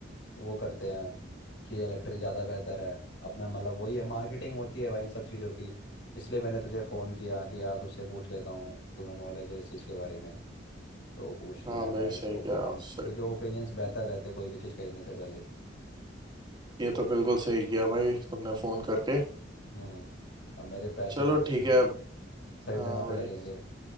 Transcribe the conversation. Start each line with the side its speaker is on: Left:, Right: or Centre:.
Left: वो करते हैं कि इलेक्ट्रिक ज़्यादा बेहतर है अपना मतलब वही है मार्केटिंग होती है भाई इन सब चीज़ों की इसलिए मैंने तुझे फ़ोन किया कि यार तुझसे पूछ लेता हूँ तुम्हें नॉलेज है इस चीज़ के बारे में तो पूछ लिया
Right: हाँ
Left: एडवाइस
Right: भाई सही
Left: ओपिनियंस
Right: किया सही
Left: क्योंकि ओपिनियंस बेहतर रहते कोई भी चीज़ खरीदने से पहले
Right: ये तो बिल्कुल सही किया भाई तुमने फ़ोन करके
Left: हम्म अब मेरे पैसे
Right: चलो
Left: तो अच्छी
Right: ठीक
Left: जगह-
Right: है अब
Left: सही
Right: हाँ
Left: जगह पे
Right: भाई
Left: लगेंगे